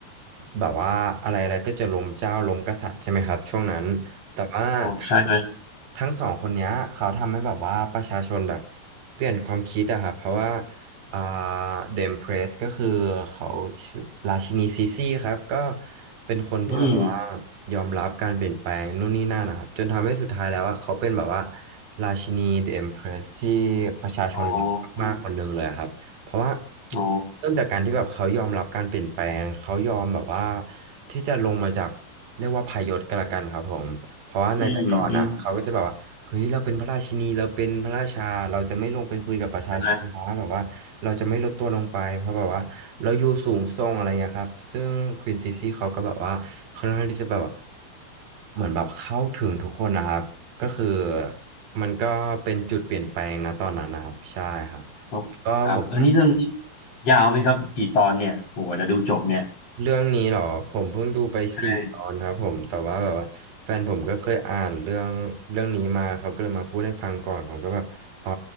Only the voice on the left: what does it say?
อ๋อใช่ไหม
อืม
อ๋ออ๋อ
อืมอืมใช่ไหม
โอ้ครับอันนี้เรื่องนี้ยาวไหมครับกี่ตอนเนี่ยโอ้โหจะดูจบเนี่ย
ใช่